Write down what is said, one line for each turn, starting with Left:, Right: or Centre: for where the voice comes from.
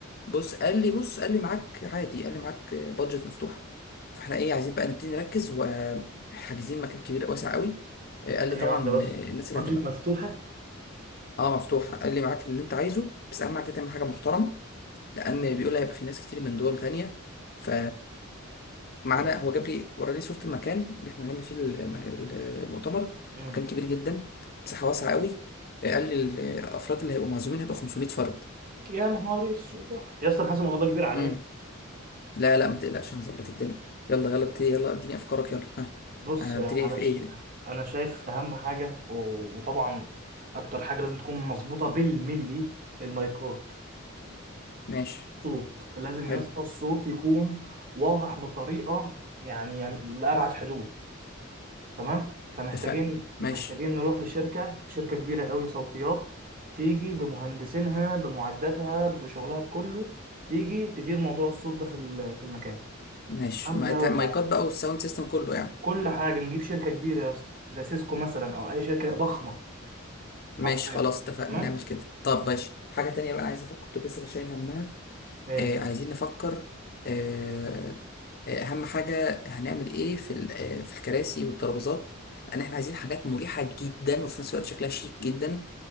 Left: بص قال لي بص قال لي معاك عادي قال لي معاك بادجت مفتوحه فاحنا ايه عايزين بقى نبتدي نركز وحاجزين مكان كبير واسع قوي آه، قال لي
Right: ثانيه
Left: طبعا
Right: واحده بس
Left: الناس
Right: بادجت
Left: اللي هتبقى
Right: مفتوحة
Left: اه مفتوحه قال لي معاك اللي انت عايزه بس اهم حاجه تعمل حاجه محترمه لان بيقول هيبقى في ناس كتير من دول تانية ف معانا
Right: طب
Left: هو جاب لي وراني صورة المكان اللي احنا هنعمل فيه الم- المؤتمر
Right: امم
Left: مكان كبير جدا مساحة واسعة قوي قال لي الافراد اللي هيبقوا معزومين هيبقى 500 فرد
Right: يا نهار اسود يا اسطى انا حاسس الموضوع ده كبير علينا
Left: امم لا لا ما تقلقش هنظبط الدنيا يلا يلا ابتدي يلا اديني افكارك يلا ها
Right: بص
Left: هنبتدي
Right: انا
Left: في
Right: ش...
Left: ايه
Right: انا شايف اهم حاجه و... وطبعا اكتر حاجه لازم تكون مظبوطه بالملي المايكات
Left: ماشي
Right: صوت لازم
Left: حلو
Right: يا اسطى الصوت يكون واضح بطريقه يعني يعني لأبعد حدود تمام فمحتاجين
Left: اتفقنا
Right: محتاجين
Left: ماشي
Right: نروح لشركه شركه كبيره قوي صوتيات تيجي بمهندسينها بمعداتها بشغلها بكله تيجي تدير موضوع الصوت ده في ال- في المكان
Left: ماشي
Right: تمام
Left: ما-
Right: دي
Left: تا-
Right: اول
Left: مايكات
Right: حاجه
Left: بقى والساوند سيستم كله يعني
Right: كل حاجه نجيب شركه كبيره يا اسطى زي سيسكو مثلا او اي شركه ضخمه
Left: ماشي
Right: حرفيا
Left: خلاص اتفقنا
Right: تمام
Left: نعمل كده طب ماشي حاجة تانية بقى عايز افكر كنت لسه شايل همها
Right: ايه
Left: آه، عايزين نفكر آه، آه، أهم حاجة هنعمل إيه في ال- آه، في الكراسي والترابيزات لأن إحنا عايزين حاجات مريحة جدا وفي نفس الوقت شكلها شيك جدا